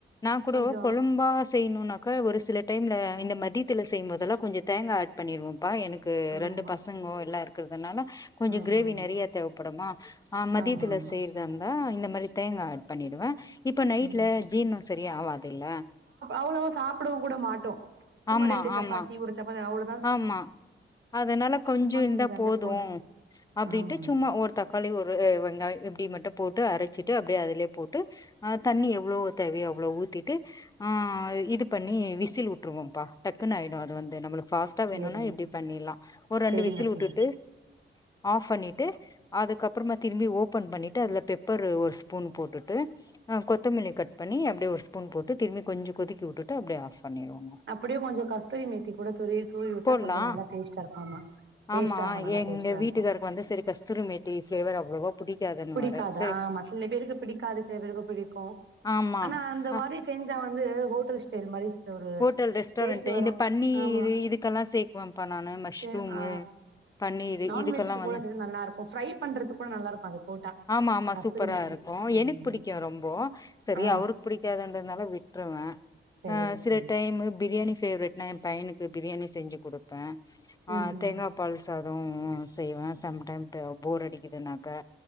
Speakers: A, on the left; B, on the right.
A: நா கூடோ
B: கொஞ்சோ
A: கொழும்பா செய்யணுனாக்கா ஒரு சில டைம்ல இந்த மதியத்துல செய்யும்போதெல்லா கொஞ்சொ தேங்கா ஆட் பண்ணிர்வம்ப்பா எனக் கு
B: ஆமாமா
A: ரெண்டு பசங்கோ எல்லா இருக்கறதுனால கொஞ்சொ
B: ஆ
A: கிரேவி
B: ஆ
A: நெறைய தேவப்படுமா ஆ மதியத்துல
B: ஆமா ஆமா
A: செய்யறதாந்த இந்த மாரி தேங்கா ஆட் பண்ணிடுவ இப்ப நைட்ல
B: ஆமா
A: ஜீர்னம் சரியா ஆவாது இல்ல
B: அவ்ளோ சாப்பிடவும் கூட மாட்டோம் சும்மா
A: ஆமா,
B: ரெண்டு சப்பாத்தி
A: ஆமா,
B: ஒரு சப்பாத்தி அவ்ளோ
A: ஆமா அதனால கொஞ்சொ இருந்தா
B: செஞ்சாலே
A: போதும்
B: போது
A: அப்டின்ட்டு
B: ஆமா
A: சும்மா
B: ஆமா
A: ஒருத் தக்காளி ஒரு வெங்காயொ இப்டி மட்டு போட்டு அரச்சிட்டு அப்டியே அதுலயே போட்டு ஆ தண்ணி எவ்ளோ தேவையோ அவ்ளோ ஊத்திட்டு ஆ இது பண்ணி விசில் வுட்டுருவோம்ப்பா டக்குன்னு ஆயிடு அது வந்து நம்மளுக் ஃபாஸ்ட்டா
B: சேரிங்க
A: வேணுன்னா இப்டி பண்ணிட்லா ஒரு ரெண்டு
B: சேரிங்க
A: விசில் வுட்டுட்டு
B: தோழி
A: ஆஃப் பண்ணிட்டு அதுக்கப்புறமா திரும்பி ஓப்பன் பண்ணிட்டு அதுல பெப்பரு ஒரு ஸ்பூன் போட்டுட்டு ஆ கொத்தமல்லி கட் பண்ணி அப்டி ஒரு ஸ்பூன் போட்டு திரும்பி கொஞ்சொ கொதிக்க வுட்டுட்டு அப்டியே ஆஃப் பண்ணிருவோம்மா
B: அப்டியே கொஞ்சொ கஸ்தூரி மேத் த்தி கூட தூறுவி தூவி விட்டா
A: போட்லா
B: கொஞ்சோ நல்லா டேஸ்டா இருக்கும் ஆமா டேஸ்ட்டா
A: ஆமா
B: ஆ நல்லா
A: எங்க
B: டேஸ்ட்டா
A: வீட்டுக்காருக்கு
B: இருக்கும்
A: வந்து சரி கஸ்தூரி மேத்தி ஃப்ளேவர் அவ்ளோவா புடிக்காதுன்னுவாரு
B: புடிக்காது
A: சரி
B: ஆமா சில பேருக்கு பிடிக்காது சில பேருக்கு பிடிக்கும்
A: ஆமா
B: ஆனா அந்த
A: ஹ
B: மாரி செஞ்சா வந்து ஹோட்டல் ஸ்டைல் மாரி ஒரு
A: ஹோட்டல் ரெஸ்டாரண்ட்டு
B: டேஸ்ட் வரு
A: இந்த பன்னீரு
B: ஆமா
A: இதுக்கெல்லாம் சேர்க்குவேன்ப்பா நானு மஷ்ரூமு
B: சே ஆ
A: பன்னீரு
B: நான்வெஜ்க்கு
A: இதுக்கெல்லா வந்து
B: கூட செஞ்சா நல்லா இருக்கும் ஃப்ரை பண்றதுக்கு கூட நல்லா இருக்கும் அது போட்டா
A: ஆமா ஆமா
B: கஸ்தூரி
A: சூப்பரா
B: மேத்தி
A: இருக்கும்
B: ம்
A: எனக்கு புடிக்கும் ரொம்போ செரி
B: ஆ
A: அவருக்கு புடிக்காதுன்றதுனால விட்ருவேன்
B: சேரி
A: ஆ சில
B: சேரி
A: டைம் பிரியாணி ஃபேவ்ரட் நா என் பையனுக்கு பிரியாணி செஞ்சு குடுப்பேன் ஆ
B: ம் ம்
A: தேங்காப் பால் சாதோம் செய்வேன் சம் டைம் போர் அடிக்குதுனாக்கா